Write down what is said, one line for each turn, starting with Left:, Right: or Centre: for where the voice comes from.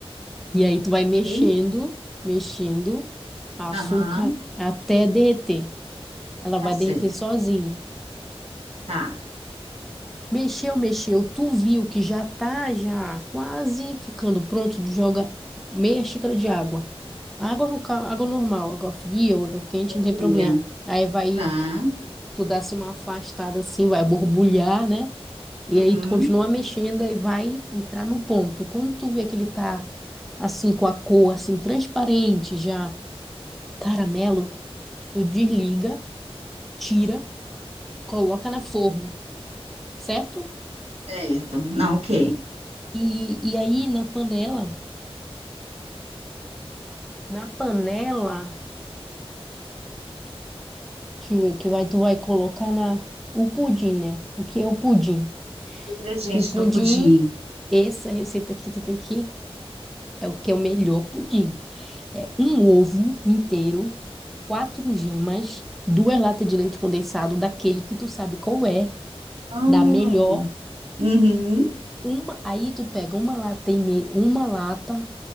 Centre: E aí tu vai mexendo,
Right: Ok?
Centre: mexendo açúcar
Right: Aham,
Centre: até derreter. Ela
Right: tá
Centre: vai
Right: certo,
Centre: derreter sozinha.
Right: tá.
Centre: Mexeu, mexeu. Tu viu que já tá já quase ficando pronto, joga meia xícara de água. Água, no ca- água normal, água fria ou água quente,
Right: Boa
Centre: não
Right: fria,
Centre: tem problema. Aí vai,
Right: tá.
Centre: tu dá assim uma afastada assim, vai borbulhar, né? E
Right: Uhum,
Centre: aí tu continua mexendo e vai entrar no ponto. Quando tu vê que ele tá assim com a cor assim transparente já, caramelo, tu desliga, tira, coloca na forma, certo?
Right: certo, não, ok.
Centre: E, e aí na panela Na panela, deixa eu ver, que vai, tu vai colocar na, o pudim, né? O que é o pudim?
Right: Os ingredientes
Centre: O pudim,
Right: do pudim.
Centre: essa receita aqui tu tem que, é o que é o melhor pudim. É um ovo inteiro, quatro gemas, duas latas de leite condensado, daquele que tu sabe qual é,
Right: Hum,
Centre: da melhor.
Right: Uhum.
Centre: Uma, aí tu pega uma lata e meia, uma lata